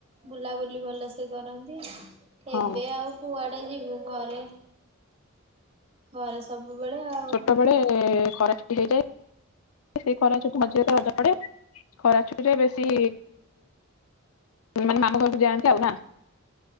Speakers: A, on the right (about 30°); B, on the left (about 85°).
A: ବୁଲାବୁଲି ଭଲସେ କରନ୍ତି
B: ହଁ
A: ଏବେ ଆଉ କୁଆଡେ ଯିବୁ ଘରେ ଘରେ ସବୁବେଳେ ଆ
B: ଛୋଟବେଳେ ଖରା ଛୁଟି ହେଇଯାଏ ସେଇ ଖରା ଛୁଟି ମଝିରେ ତ ରଜ ପଡେ ଖରା ଛୁଟିରେ ବେଶୀ ମାନେ ମାମୁଁ ଘରକୁ ଯାଆନ୍ତି ଆଉ ନା।